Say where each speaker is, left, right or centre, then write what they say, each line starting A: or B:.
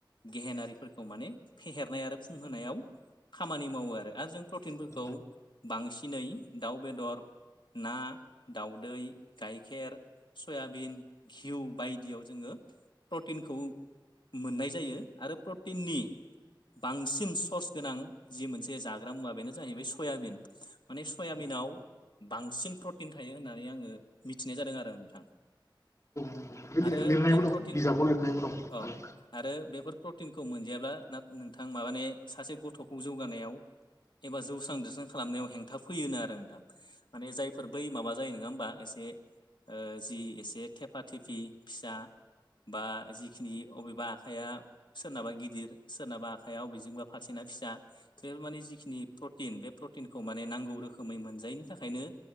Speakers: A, on the left; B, on the left.
A: गेहेनारिफोर खौ माने फेहेरनाय आरो फुंहोनायाव खामानि मावो आरो आरो जों प्रटिनफोरखौ
B: नंगौ
A: बांसिनै दाउ बेदर ना दाउदै गाइखेर सयाबिन घिउ बायदियाव जोङो प्रटिनखौ मोननाय जायो आरो प्रटिन प्रटिननि बांसिन सर्स गोनां जि मोनसे जाग्रा मुवा बेनो जाहैबाय सयाबिन माने सयाबिनाव
B: नंगौ
A: बांसिन प्रटिन थायो होननानै आङो मिथिनाय जादों आरो नोंथां
B: बे
A: आरो
B: लिरनायबो
A: बे
B: दं
A: प्रटिन
B: बिजाबाव लिरनायबो दं
A: अ आरो बेफोर प्रटिन मोनजायाब्ला ना नोंथां माबे सासे गथ'खौ जौगानायाव एबा जौस्रां देरस्रां खालामनायाव हेंथा फैयोनो आरो नोंथां माने जायफोर बै माबा जायो नङा होमबा एसे जि एसे थेफा थेफि फिसा बा जिखिनि अबेबा आखाइया सोरनाबा गिदिर सोरनाबा आखाइ बबेजोंबा फारसेना फिसा बे माने जिखिनि प्रटिन बे प्रटिनखौ माने नांगौ रोखोमै मोनजायैनि थाखायनो